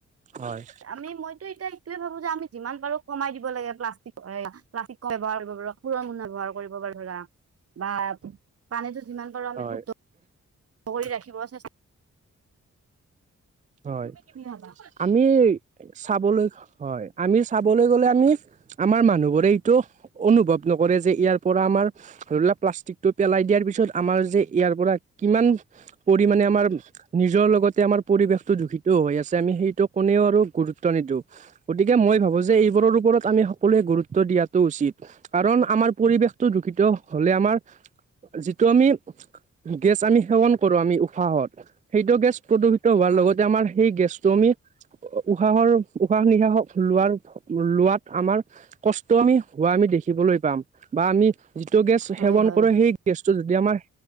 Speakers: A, on the right; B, on the right.
A: হয়
B: আমি মইতো এতিয়া সয়ে ভাবো যে আমি যিমান পাৰো কমাই দিব লাগে প্লাষ্টিক প্লাষ্টিক ব্যৱহাৰ কৰিব পাৰ পুৰনা ব্যৱহাৰ কৰিব ধৰা বা পানীটো যিমান পাৰো আমি
A: হয়
B: শুদ্ধ কৰি ৰাখিব চেষ্টা
A: হয়
B: তুমি কি বুলি ভাবা
A: আমি চাবলৈ হয় আমি চাবলৈ গ'লে আমি আমাৰ মানুহবোৰে এইটো অনুভৱ নকৰে যে ইয়াৰ পৰা আমাৰ ধৰি লাৱা প্লাষ্টিক টো পেলাই দিয়াৰ পিছত আমাৰ যে ইয়াৰ পৰা কিমান পৰিমাণে আমাৰ নিজৰ লগতে আমাৰ পৰিৱেশ দূষিত হৈ আছে আমি সেইটো কোনেও আৰু গুৰুত্ব নিদিওঁ গতিকে মই ভাবো যে এইবোৰৰ ওপৰত আমি সকলোৱে গুৰুত্ব দিয়াটো উচিত কাৰণ আমাৰ পৰিৱেশটো দূষিত হলে আমাৰ যিটো আমি গেছ আমি সেৱন কৰো আমি সাঁহত সেইটো গেছ প্ৰদূষিত হোৱাৰ
B: হয়
A: লগত সেই গেছটো আমি উশাহৰ উশাহ নিশাহ লোৱাৰ লোৱাত আমাৰ কষ্ট আমি হোৱা আমি দেখিবলৈ পাম বা আমি যিটো গেছ
B: হয়
A: সেৱন
B: হয়
A: কৰো সেই গেছটো যদি আমাৰ